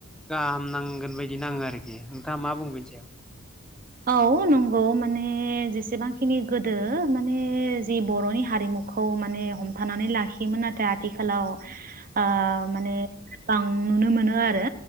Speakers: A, in the centre; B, on the right (about 40°).
A: गाहाम नांगोन बायदि नाङो आरोखि नोंथाङा मा बुङो बेनि सायाव।
B: औ नंगौ माने जेसेबांखिनि गोदो माने जि बर'नि हारिमुखौ माने हमथानानै लाखियोमोन नाथाय आथिखालाव ओ माने बां नुनो मोनो आरो